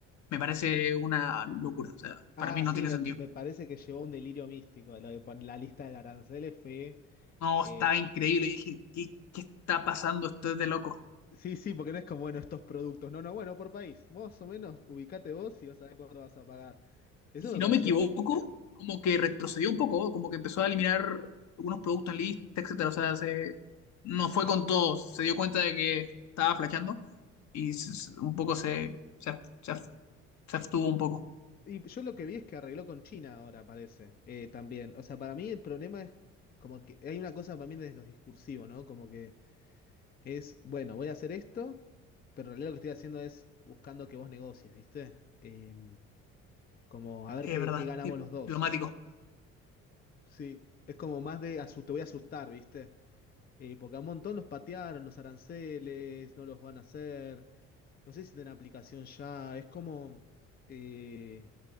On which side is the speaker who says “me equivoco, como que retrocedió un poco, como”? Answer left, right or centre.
Left